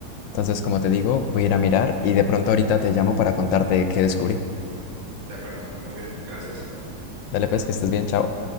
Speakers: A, on the left (about 75°); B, on the right (about 70°).
A: Entonces, como te digo, voy a ir a mirar y de pronto ahorita te llamo para contarte qué descubrí.
B: De acuerdo, muy bien, gracias.
A: Dale pues, que estés bien, chao.